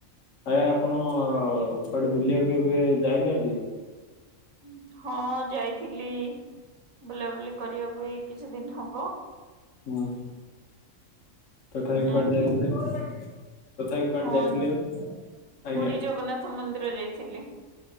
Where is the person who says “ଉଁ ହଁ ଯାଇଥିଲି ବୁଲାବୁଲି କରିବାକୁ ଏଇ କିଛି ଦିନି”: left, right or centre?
Right